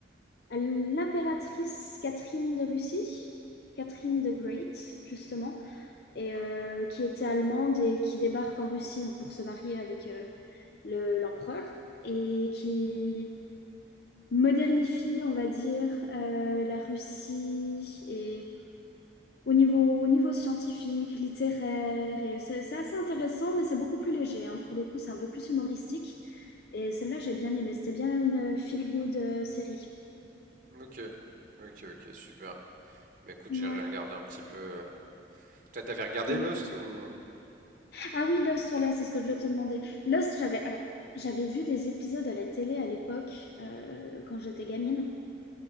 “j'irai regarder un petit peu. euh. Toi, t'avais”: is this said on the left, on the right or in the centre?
Right